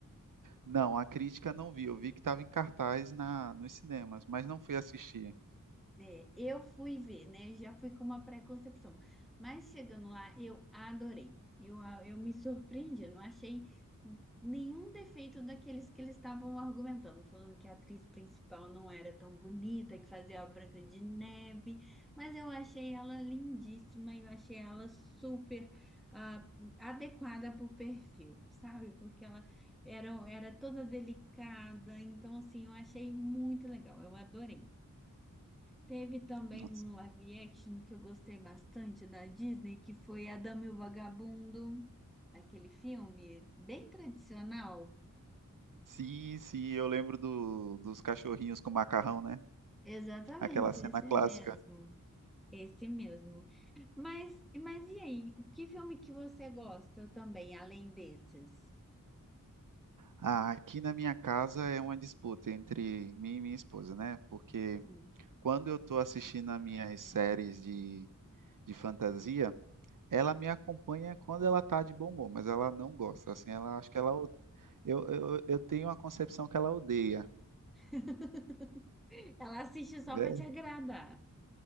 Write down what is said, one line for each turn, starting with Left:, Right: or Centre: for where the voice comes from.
Right: Não, a crítica não vi. Eu vi que estava em cartaz na, nos cinemas, mas não fui assistir.
Centre: É, eu fui ver, né? Já fui com uma pré-concepção. Mas chegando lá, eu adorei. Eu, a- eu me surpreendi, não achei nenhum defeito daqueles que eles estavam argumentando, falando que a atriz principal não era tão bonita, que fazia a Branca de Neve. Mas eu achei ela lindíssima, e eu achei ela super ah, adequada para o perfil, sabe? Porque ela era, era toda delicada, então assim, eu achei muito legal, eu adorei. Teve também
Right: Nossa.
Centre: um live action que eu gostei bastante da Disney, que foi a Dama e o Vagabundo, aquele filme bem tradicional.
Right: Sim, sim, eu lembro do, dos cachorrinhos com macarrão, né?
Centre: Exatamente,
Right: Aquela cena
Centre: esse
Right: clássica.
Centre: mesmo. Esse mesmo. Mas, mas e aí, que filme que você gosta também, além desses?
Right: Ah, aqui na minha casa é uma disputa entre mim e minha esposa, né? Porque
Centre: Hum.
Right: quando eu estou assistindo as minhas séries de, de fantasia, ela me acompanha quando ela tá de bom humor, mas ela não gosta, assim, ela acho que ela o- eu, eu, eu tenho uma concepção que ela odeia.
Centre: <laughs> Ela assiste só
Right: Ver-
Centre: para te agradar.